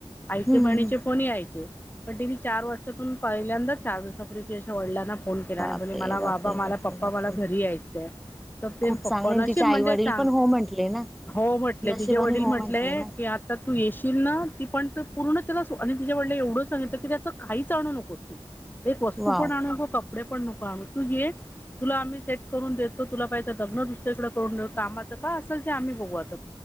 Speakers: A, on the left; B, in the centre.
A: आईचे
B: हम्म
A: बहिणीचे
B: हम्म.
A: कोणी यायचे. पण तिने चार वर्षातून पहिल्यांदाच चार दिवसापूर्वी वडिलांना फोन केला.
B: बापरे
A: बोलली मला
B: बापरे
A: बाबा मला
B: बापरे
A: पप्पा
B: बापरे
A: मला घरी यायचंय तर ते
B: खूप
A: पप्प
B: चांगले
A: न अशी
B: तिचे
A: म्हणजे
B: आई वडील
A: सांग
B: पण हो म्हंटले ना
A: हो म्हटले
B: नशिबाने
A: तिचेे वडील
B: हो
A: म्हटले
B: ना
A: की की आता तू येशील ना ती पण तर पूर्ण त्याला आणि तिच्या वडिलांनी एवढं सांगितलं की त्याचं काहीच आणू नकोत. एक वस्तू
B: वाव
A: पण आणू नको कपडे पण नको आणू तू ये तुला आम्ही सेट करून देतो तुला पाहिज लग्न दुसरीकडे करून कामाचं का असल ते आम्ही बघू आत